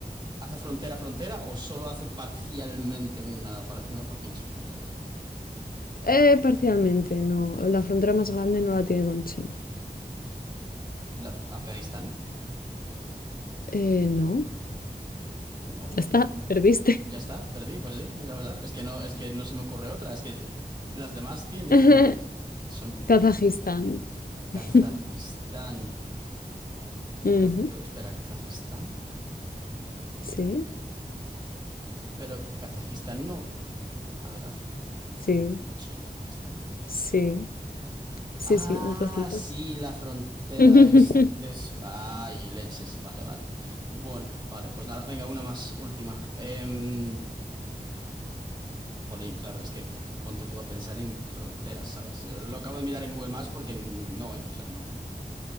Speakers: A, on the right; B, on the left.
A: ¿Hace frontera frontera o solo hace parcialmente una, par- una porción chiquitita de
B: Eh, parcialmente, no. La frontera más grande no la tiene con China.
A: la Af- Afganistán?
B: Eh, no.
A: No.
B: Ya está, perdiste.
A: Ya está, perdí, pues sí, ya está. Es que no, es que no se me ocurre otra. Es que las demás tienen.
B: <laughs>
A: Son
B: Kazajistán. <laughs>
A: Kazajistán.
B: Ujú.
A: Kaz- pero espera, Kazajistán.
B: Sí,
A: Pero Kazajistán no. A ver, hace,
B: sí,
A: hace frontera con China, Kazajistán.
B: sí, sí,
A: Ah,
B: sí, un trocito.
A: sí, la frontera
B: <laughs>
A: es. es ah, y leches. Vale, vale. Bueno, vale, pues nada, venga, una más, última. Em, jolín, claro, es que pf, ponte tú a pensar en fronteras, ¿sabes? Eh, Lo acabo de mirar en Google Maps porque no, ¿eh? O sea, no.